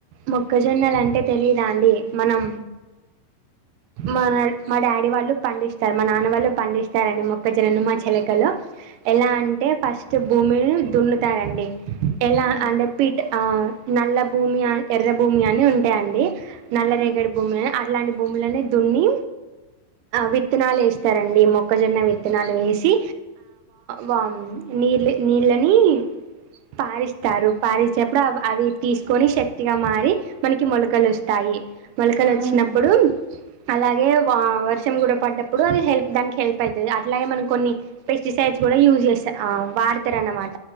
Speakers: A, on the right; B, on the right.
A: మొక్కజొన్నలు అంటే తెలీదా అండి మనం మన మా డాడీ వాళ్ళు తెలియద అండి మనం మా నాన్న వాళ్ళు మా డాడీ వాళ్ళు పండిస్తారండి మొక్కజనను మా చిలకలు ఎలా అంటే ఫస్ట్ భూమిని దున్నుతారండి ఎలా
B: ఉమ్,
A: అంటే పిట్ ఆ నల్ల భూమి ఎర్ర భూమి అని ఉంటాయంండి నల్ల
B: ఆ,
A: రేగడ భూమిని అట్లాంటి అన్నీ దున్ని విత్తనాలు వేస్తారంండి మొక్కజొన్న విత్తనాలు వేసి వా నీళ్ళు నీళ్ళని పరుస్తారు పారసేప్పుడు అవి అవి తీసుకొని శక్తిగా మారి మనకి మొలకలు వస్తాయి మొలకలు
B: అవునా
A: వచ్చినప్పుడు అలాగే వర్షం కూడా పడ్డప్పుడు అది హెల్ప్ దానికి హెల్ప్ అవుతుంది అట్లాగే మనం కొన్ని పెస్టిసైడ్స్ కూడా యూజ్ చేస్తా వాడతారునమాట